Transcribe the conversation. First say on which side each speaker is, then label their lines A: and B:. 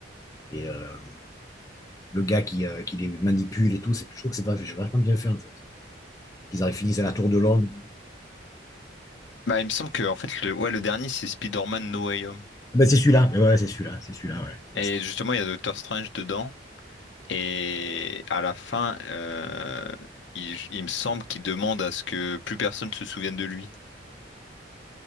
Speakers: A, on the left; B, on the left.
A: et, euh, le gars qui, euh, qui les manipule et tout. c'est- Je trouve que c'est pas- c'est vachement bien fait, en fait. Qu'ils arrivent, finissent à la tour de Londres.
B: Bah, il me semble que en fait le ouais le dernier c'est Spider-Man No Way Home.
A: Ah Ben, c'est celui-là. Mais ouais, c'est celui-là. C'est celui-là, ouais. Ouais,
B: Et
A: c'est
B: justement, il y a Doctor Strange dedans et à la fin euh, il, il me semble qu'il demande à ce que plus personne se souvienne de lui.